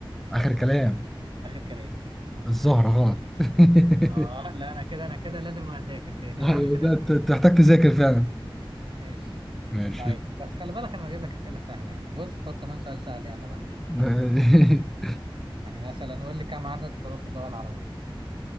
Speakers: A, in the centre; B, on the right.
A: اخر كلام
B: اخر كلام
A: الزهره غلط <laughs>
B: اه لا انا كده انا كده لازم اذاكر تاني
A: ايوه
B: بقى انا كده
A: ده ت- تحتاج تذاكر فعلا
B: ماشي
A: ماشي
B: طيب بس خلي بالك انا بجيب لك اسئله سهله يعني بص خد كمان سؤال سهل يلا بقى مش مشكله
A: <laughs>
B: يعني مثلا قول لي كم عدد حروف اللغة العربية